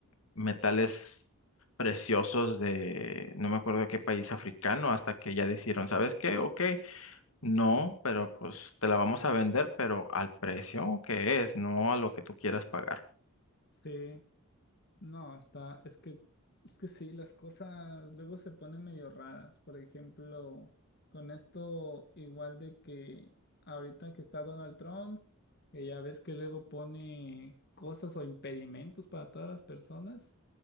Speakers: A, on the left (about 65°); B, on the left (about 45°).
A: metales preciosos de, no me acuerdo de qué país africano, hasta que ya decidieron, ¿sabes qué? Ok, no, pero pues te la vamos a vender, pero al precio que es, no a lo que tú quieras pagar.
B: Sí, no, está, es que, es que sí, las cosas luego se ponen medio raras. Por ejemplo, con esto igual de que ahorita que está Donald Trump, que ya ves que luego pone cosas o impedimentos para todas las personas.